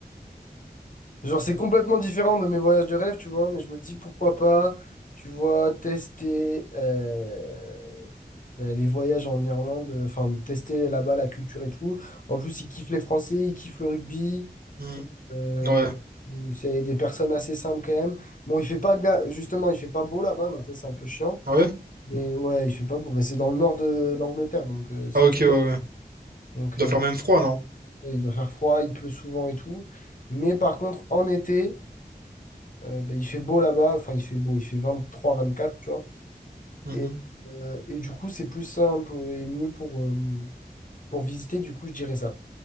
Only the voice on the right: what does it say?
Hmm.
Ouais,
Ah ouais.
Ah,
ok, ouais, ouais.
Doit
faire même froid, non?
Mhm.